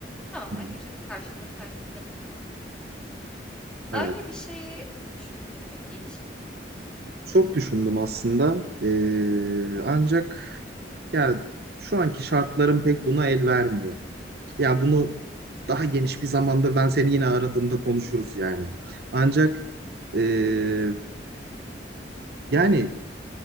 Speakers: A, in the centre; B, on the right (about 60°).
A: Tamamen
B: Hı hı.
A: ücreti karşılığında sertifikasını alıyorsun. Öyle
B: Evet.
A: bir şeyi düşündün mü hiç?
B: Çok düşündüm aslında. Ee, ancak ya şu anki şartlarım pek buna el vermiyor. Ya
A: Hmm,
B: bunu daha geniş bir zamanda ben seni yine aradığımda konuşuruz yani. Ancak eee, yani